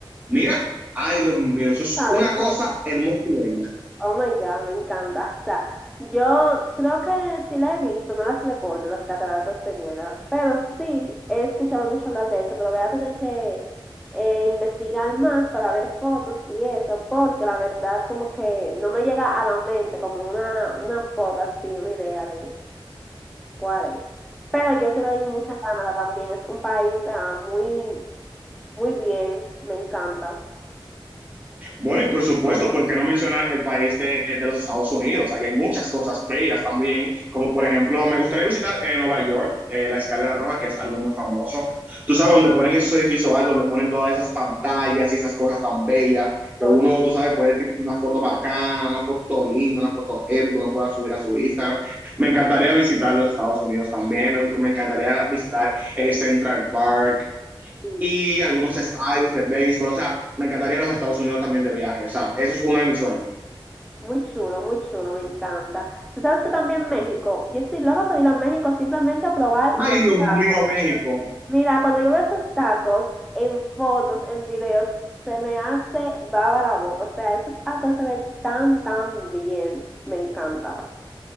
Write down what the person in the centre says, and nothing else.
Sabes
que
Oh my God, me encanta. O sea, yo creo que sí la he visto, no las recuerdo, las cataratas de Niágara, pero sí he escuchado mucho hablar de eso, pero voy a tener que eh, investigar más para ver fotos y eso, porque la verdad como que no me llega a la mente como una, una foto así, una idea de cuál es. Pero yo quiero ir mucho a Canadá también, es un país ah, muy, muy bien, me encanta.
Oh,
sí.
Muy chulo, muy chulo, me encanta. Tú sabes que también México, yo estoy loca por ir a México simplemente a probar
los
tacos.
Mira, cuando yo veo esos tacos en fotos, en videos, se me hace baba la boca. O sea, eso es algo que se ve tan, tan bien. Me encanta.